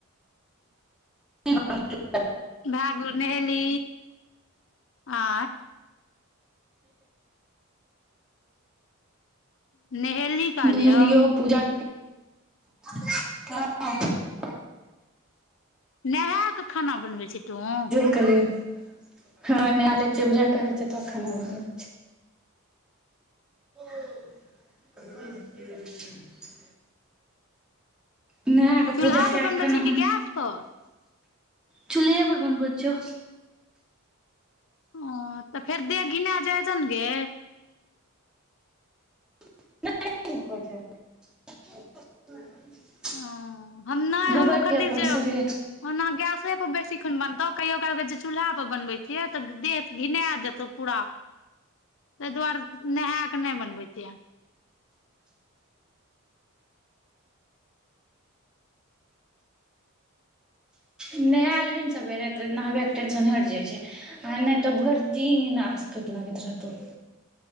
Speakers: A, in the centre; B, on the left (about 60°).
A: <inaudible>
B: भाय गेलो नहेली आ नहेली काल
A: नहेलियो
B: यौ
A: पूजा <unintelligible>
B: नहायके खाना बनबै छी तूहों।
A: कहलिय हाँ नहा ले छिये पूजा कए ले छिये तो खाना बनबै छिये। <inaudible> नहाय के
B: चूल्हा
A: पूजा कए
B: पर बनबै
A: के खाना
B: छी
A: हन
B: कि गैस पर
A: चुलहे पर बनबे छियो।
B: ओ तऽ फेर देह घिना जाइ छन गे।
A: <inaudible>
B: ह हम नहि
A: बनबै
B: हम ओ खातिर
A: छियै अपन
B: जे
A: शरीर
B: ओना गेसे पर बेसी खन बनतो कहियो काल्हि के कहे छिये चूल्हा पर बनबे किये तऽ देह घिना जेतो पूरा ता दुआरे नहाय के नहि बनबे छिये।
A: नहाए लेबीह ने सभेरे तऽ नहाय के टेंशने हेट जाइ छैय। आ नहि तऽ भरि दीन आसकेत लागेत रहतो।